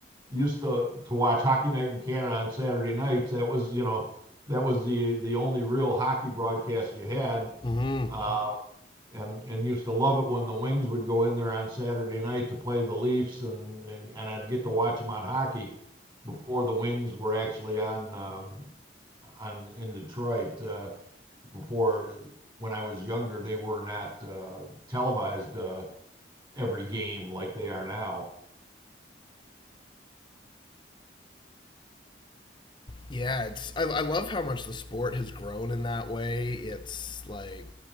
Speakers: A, on the right; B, on the left.
A: used to to watch Hockey Night in Canada on Saturday nights. That was you know that was the the only real hockey broadcast you had.
B: hmm
A: Uh, and and used to love it when the Wings would go in there on Saturday night to play the Leafs, and and, and I'd get to watch them on hockey before the Wings were actually on um, on in Detroit. Uh, before when I was younger, they were not uh, televised uh, every game like they are now.
B: Yeah, it's I, I love how much the sport has grown in that way. It's like